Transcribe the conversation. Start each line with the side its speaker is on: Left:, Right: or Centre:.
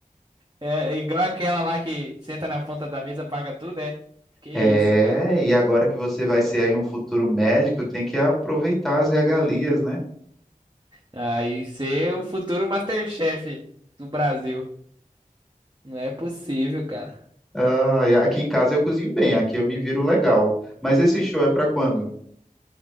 Right: É, é igual aquela lá que senta na ponta da mesa, paga tudo, é? Que isso,
Centre: É,
Right: cara.
Centre: e agora que você vai ser aí um futuro médico, tem que aproveitar as regalias, né?
Right: Aí você é o futuro Masterchef do Brasil. Não é possível, cara.
Centre: Ah, e aqui em casa eu cozinho bem, aqui eu me viro legal. Mas esse show é pra quando?